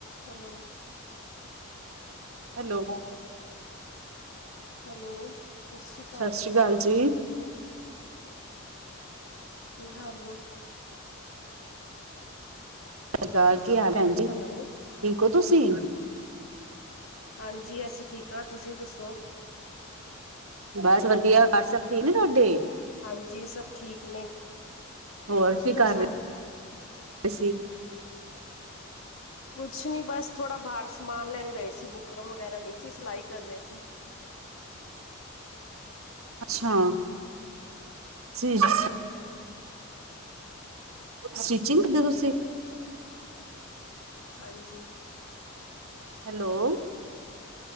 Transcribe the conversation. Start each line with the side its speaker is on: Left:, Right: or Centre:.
Left: Hello!
Right: Hello!
Left: Hello, ਸਤਿ ਸ੍ਰੀ ਅਕਾਲ
Right: ਸਤਿ
Left: ਜੀ!
Right: ਸ੍ਰੀ ਸਤਿ
Left: ਕੀ, ਹਾਲ ਏ?
Right: ਸਤਿ ਸ਼੍ਰੀ ਅਕਾਲ। ਕੀ ਹਾਲ ਭੈਣਜੀ
Left: ਹੈਲੋ,
Right: ਠੀਕੋ, ਤੁਸੀਂ?
Left: ਹਾਂਜੀ। ਅਸੀਂ ਠੀਕ ਹਾਂ। ਤੁਸੀਂ ਦੱਸੋ?
Right: ਬਸ ਵਧੀਆ। ਘਰ ਸਭ ਠੀਕ ਨੇ ਤੁਹਾਡੇ?
Left: ਹਾਂਜੀ ਸਭ ਠੀਕ ਨੇ।
Right: ਹੋਰ
Left: ਤੁਸੀ
Right: ਕੀ
Left: ਦੱਸੋ?
Right: ਕਰ ਰਹੇ ਸੀ?
Left: ਕੁਛ ਨੀ, ਬਸ ਥੋੜਾ ਬਾਹਰ ਸਮਾਨ ਲੈਣ ਗਏ ਸੀ ਬੁਕਰਮ ਵਗੈਰਾ ਨਹੀਂ ਸੀ, ਸਲਾਈ ਕਰ ਰਹੇ ਸੀ।
Right: ਅੱਛਾ। ਸਟਿਚਿੰਗ
Left: ਹਾਂਜੀ।
Right: ਸਟਿਚਿੰਗ ਕਰਦੇ ਤੁਸੀਂ?
Left: ਹਾਂਜੀ।
Right: ਹੈਲੋ!